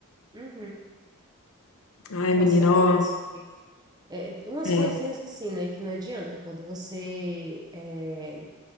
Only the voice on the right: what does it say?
Uhum.
Nossa,
é bem
isso. É, umas
coisinhas assim, né, que não adianta quando você, é, a